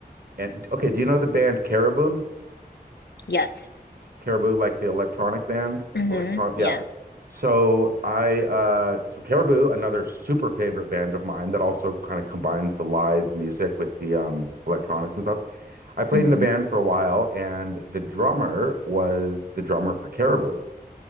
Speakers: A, on the right; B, on the left.
A: and okay, do you know the band Caribou?
B: yes
A: Caribou, like the electronic band?
B: hmm
A: Electron, yeah.
B: yeah
A: So I uh so Caribou, another super favorite band of mine that also kind of combines the live music with the um electronics and stuff. I played
B: hmm
A: in a band for a while and the drummer was the drummer for Caribou.